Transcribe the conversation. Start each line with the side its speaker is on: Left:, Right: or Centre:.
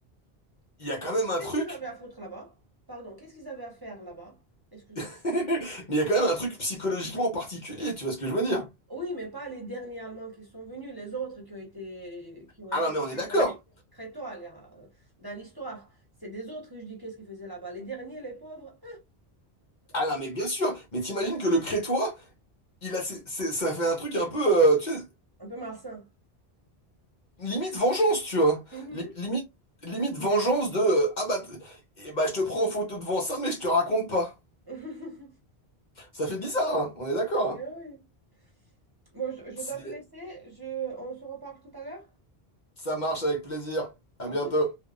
Left: Il y a quand même un
Right: Qu'est-ce
Left: truc,
Right: qu'ils avaient à foutre là-bas? Pardon, qu'est-ce qu'ils avaient à faire là-bas? Excuse-moi.
Left: <laughs> mais il y a quand même un truc psychologiquement particulier, tu vois ce que je veux dire?
Right: Oui, mais pas les derniers Allemands qui sont venus, les autres qui ont été, qui ont
Left: Ah
Right: été
Left: non, mais on
Right: tués
Left: est d'accord.
Right: par les Crétois les- euh, dans l'histoire. C'est des autres que je dis qu'est-ce qu'ils faisaient là-bas. Les derniers, les pauvres,
Left: Ah non, mais bien sûr. Mais t'imagines que le crétois, il a, ses- ses- ça fait un truc un peu, euh, tu sais,
Right: un peu malsain.
Left: limite vengeance, tu vois.
Right: Mhm.
Left: Li- Limite, limite vengeance de, euh, ah bah, et bah, je te prends en photo devant ça, mais je te raconte pas.
Right: <laughs>
Left: Ça fait bizarre, hein, on est d'accord.
Right: Mais
Left: hein.
Right: oui. Bon, je, je
Left: C'est-
Right: dois te laisser. Je, on se reparle tout à l'heure.
Left: Ça marche avec plaisir. À
Right: À
Left: bientôt.
Right: tout.